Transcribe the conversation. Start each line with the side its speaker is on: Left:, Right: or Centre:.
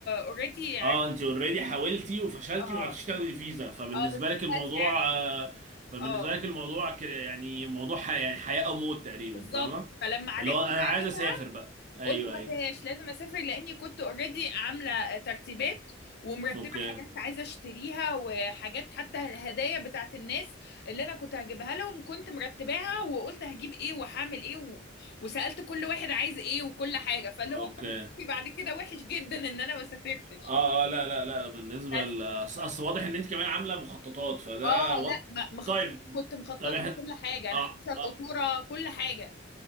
Left: اوريدي عرفت
Right: اه انت اوريدي حاولتي وفشلتي
Left: اه
Right: وما عرفتيش تاخدي فيزا فبالنسبه
Left: اه بس
Right: لك
Left: دلوقتي
Right: الموضوع
Left: عرفت
Right: آه، فبالنسبه
Left: اه
Right: لك الموضوع كده يعني موضوع ح- يعني حياه او موت تقريبا
Left: بالظبط
Right: فاهمه
Left: فلما عرفت
Right: اللي هو انا
Left: بقى
Right: عايز
Left: جبت
Right: اسافر بقى ايوه
Left: قلت ما
Right: ايوه
Left: فيهاش لازم اسافر لاني كنت اوريدي عامله ترتيبات ومرتبه
Right: اوكي
Left: حاجات عايزه اشتريها وحاجات حتى الهدايا بتاعت الناس اللي انا كنت هجيبها لهم كنت مرتباها وقلت هجيب ايه وهعمل ايه و... وسالت كل واحد عايز ايه وكل حاجه فاللي
Right: اوكي
Left: هو كان في بعد كده وحش جدا ان انا ما سافرتش
Right: اه اه لا لا لا بالنسبه
Left: بس
Right: ل... اصل أصل واضح ان انت كمان عامله مخططات فده
Left: اه
Right: وض...
Left: لا ما- مخططه
Right: طيب
Left: كنت مخططه
Right: طب إحنا-
Left: كل حاجه انا
Right: أع-
Left: حاطه القطوره
Right: أع-
Left: كل حاجه